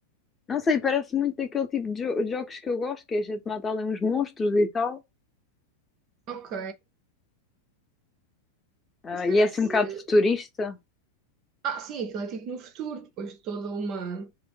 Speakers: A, on the left; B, on the right.
A: não sei, parece muito daquele tipo de jo- jogos que eu gosto, que é a gente mata ali uns monstros e tal.
B: Ok.
A: Ah,
B: Isso parece.
A: e é assim um bocado futurista.
B: Ah, sim, aquilo é tipo no futuro, depois de toda uma.